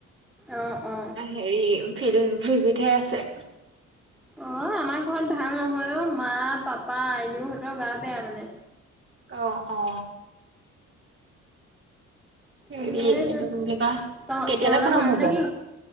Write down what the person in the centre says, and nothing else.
অ অ
অ আমাৰ ঘৰত ভাল নহয় অ মা পাপা আইনুহঁতৰ গা বেয়া মানে।
সেইটো
তহ
তহঁতৰ
ভাল
নেকি